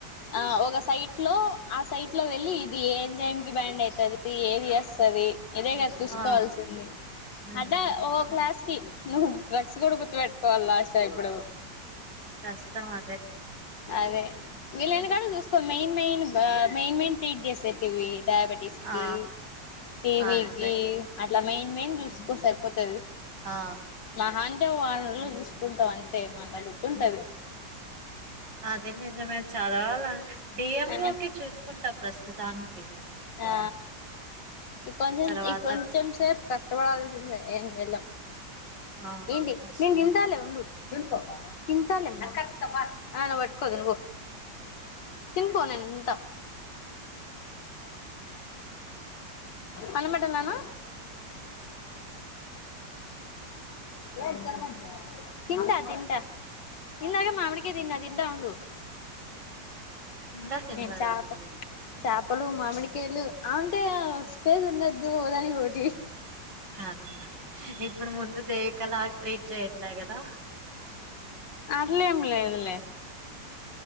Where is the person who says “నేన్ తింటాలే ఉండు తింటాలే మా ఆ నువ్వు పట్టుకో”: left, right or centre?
Left